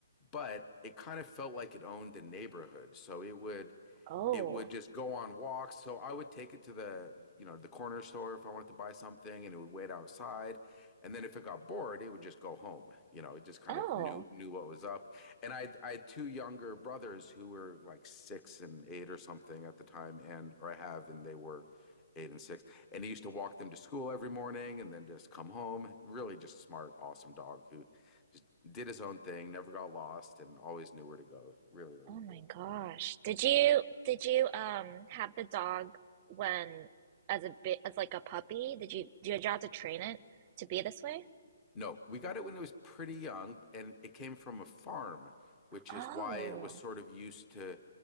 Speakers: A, on the left; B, on the right.
A: But it kind of felt like it owned the neighborhood. So it would
B: Oh.
A: it would just go on walks. So I would take it to the, you know, the corner store if I wanted to buy something and it would wait outside. And then if it got bored, it would just go home. You know, it just kind
B: Oh.
A: of knew knew what was up. And I I had two younger brothers who were like six and eight or something at the time, and or I have, and they were eight and six. And he used to walk them to school every morning and then just come home. Really just smart, awesome dog who just did his own thing, never got lost, and always knew where to go. Really, really
B: Oh my
A: cool.
B: gosh. Did you did you um have the dog when as a bit as like a puppy? Did you did you have to train it to be this way?
A: No, we got it when it was pretty young, and it came from a farm, which
B: Oh.
A: is why it was sort of used to